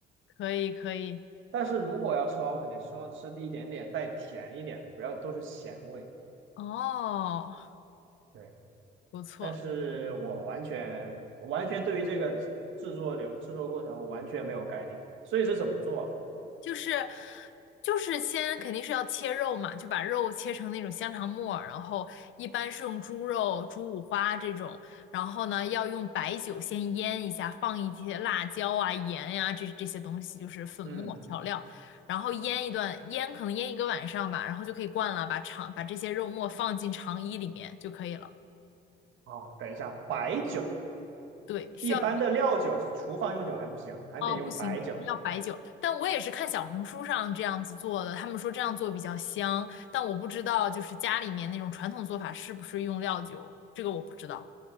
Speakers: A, on the left; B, on the right.
A: 可以可以。
B: 但是如果要吃的话，我肯定希望吃的一点点带甜一点的，不要都是咸味。
A: 哦，
B: 对。
A: 不错，
B: 但是我完全我完全对于这个制制作流制作过程我完全没有概念，所以是怎么做啊
A: 就是就是先肯定是要切肉嘛，就把肉切成那种香肠末，然后一般是用猪肉、猪五花这种，然后呢要用白酒先腌一下，放一些辣椒啊、盐呀、这这些东西，就是粉末调料，
B: 嗯，
A: 然后腌一段，腌可能腌一个晚上吧，然后就可以灌了，把肠把这些肉末放进肠衣里面就可以了。
B: 哦，等一下，白酒
A: 对，需要。
B: 一般的料酒，厨房用酒还不行，还得用白酒。
A: 哦，不行，就是要白酒。但我也是看小红书上这样子做的，他们说这样做比较香，但我不知道就是家里面那种传统做法是不是用料酒，这个我不知道。